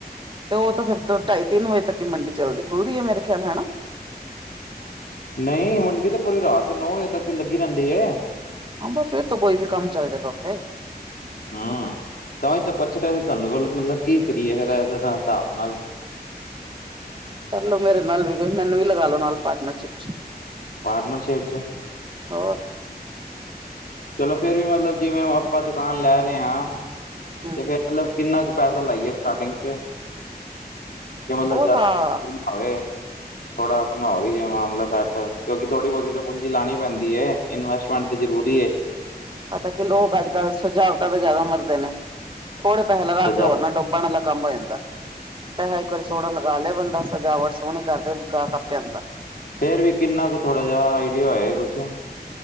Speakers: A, on the right; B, on the left.
A: ਤੇ ਉਹ ਤਾਂ ਫਿਰ ਤੋਂ ਢਾਈ -ਤਿੰਨ ਵਜੇ ਤੱਕ ਹੀ ਮੰਡੀ ਚੱਲਦੀ ਖੁੱਲਦੀ ਹੈ ਮੇਰੇ ਖਿਆਲ ਹਨਾ।
B: ਨਹੀਂ, ਮੰਡੀ ਤੇ ਪੂਰੀ ਰਾਤ ਨੌ ਵਜੇ ਤੱਕ ਲੱਗੀ ਰਹਿੰਦੀ ਹੈ।
A: ਹਾਂ, ਫੇਰ ਤੋਂ ਕੋਈ ਵੀ ਕੰਮ ਚੱਲ ਜਾਏਗਾ ਉੱਥੇ।
B: ਹਾਂ। ਤਾਂ ਹੀ ਤਾਂ ਪੁੱਛ ਰਿਹਾ ਸੀ ਤੁਹਾਨੂੰ ਕੋਲ ਮਤਲਬ ਕੀ ਕਰੀਏ ਫੇਰ ਇਹ ਹਿਸਾਬ ਨਾਲ।
A: ਕਰਲੋ, ਮੇਰੇ ਨਾਲ ਵੀ ਮੈਨੂੰ ਵੀ ਲਗਾ ਲੋ ਨਾਲ ਪਾਰਟਨਰਸ਼ਿਪ ਚ'।
B: ਪਾਰਨ ਸ਼ੇਪ ਚ'।
A: ਹੋਰ।
B: ਚਲੋ ਫੇਰ ਵੀ ਮਤਲਬ ਜਿਵੇਂ ਆਪਾਂ ਦੁਕਾਨ ਲੈ ਰਹੇ ਹਾਂ,
A: ਹੂੰ
B: ਤੇ ਫੇਰ ਮਤਲਬ ਕਿੰਨਾ ਕੁ ਪੈਸਾ ਲਾਈਏ ਸਟਾਰਟਿੰਗ ਚ'। ਕੀ ਮਤਲਬ
A: ਉਹ
B: ਘਾਰ
A: ਤਾਂ
B: ਛੇਤੀ ਆਵੇ। ਥੋੜਾ ਆਪਣਾ ਵੀ ਜੇ ਮਾਮਲਾ ਸੈੱਟ, ਕਿਉਂਕਿ ਥੋੜੀ ਬਹੁਤੀ ਤੇ ਪੂੰਜੀ ਲਾਉਣੀ ਪੈਂਦੀ ਹੈ। ਇਨਵੈਸਟਮੈਂਟ ਤੇ ਜ਼ਰੂਰੀ ਹੈ।
A: ਪਤਾ ਕਿ ਲੋਕ ਅੱਜ ਕੱਲ੍ਹ ਸੁਜਾਵਟਾਂ ਤਾਂ ਜ਼ਿਆਦਾ ਮਰਦੇ ਨੇ, ਥੋੜੇ ਪੈਸੇ ਲਗਾ
B: ਇਹ
A: ਕੇ ਹੋਰ ਡੁੱਬਣ ਵਾਲਾ ਕੰਮ ਹੋ ਜਾਂਦਾ ਤੇ ਹੈ, ਇੱਕ ਵਾਰੀ ਸੋਹਣਾ ਲਗਾ ਲਿਆ ਬੰਦਾ। ਸਜਾਵਟ ਸੋਹਣੀ ਕਰਦੇ ਗਾਹਕ ਆਪੇ ਆਂਦਾ।
B: ਫੇਰ ਵੀ ਕਿੰਨਾ ਕੁ ਥੋੜਾ ਜਿਹਾ ਆਈਡੀਆ ਹੋਇਆ ਕੁਛ?